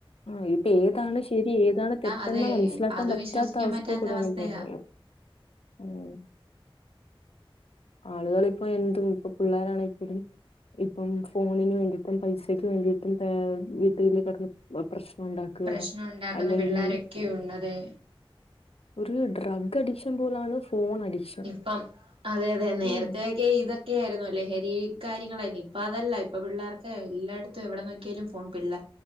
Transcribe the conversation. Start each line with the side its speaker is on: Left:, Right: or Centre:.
Left: ആ ഇപ്പൊ ഏതാണ് ശരി ഏതാണ് തെറ്റെന്നാ
Right: അതെ
Left: മനസ്സിലാക്കാൻ
Right: അത്
Left: പറ്റാത്ത
Right: വിശ്വസിക്കാൻ
Left: അവസ്ഥയിൽ
Right: പറ്റാത്ത
Left: കൂടിയാണ്
Right: അവസ്ഥയാ
Left: പോണത് ഹൂം <unintelligible> ആളുകളിപ്പോ എന്തും ഇപ്പ പിള്ളാ രാണിപ്പഴും ഇപ്പം ഫോണിന് വേണ്ടിട്ടും പൈസക്ക് വേണ്ടിയിട്ടും പേ -വീട്ടിൽ കിടന്ന് പ്രശ് ഉണ്ടാക്കുക
Right: പ്രശ്നം ഉണ്ടാക്കുന്ന
Left: അല്ലെങ്കിൽ
Right: പിള്ളോരൊക്കെയുണ്ടതെ
Left: ഒരു ഡ്രാ ഗ് അഡിക്ഷൻ പോലാണ് ഫോൺ അഡിക്ഷൻ
Right: ഇപ്പം അതെ അതെ നേരത്തക്കെ
Left: ഉം
Right: ഇത് ഒക്കെയായിരുന്നുല്ലേ ഹരി കാര്യങ്ങളായിരുന്നു ഇപ്പൊ അതല്ല ഇപ്പൊ പിള്ളേർക്ക് എല്ലായിടത്തും എവിടെ നോക്കിയാലും ഫോൺ പിള്ള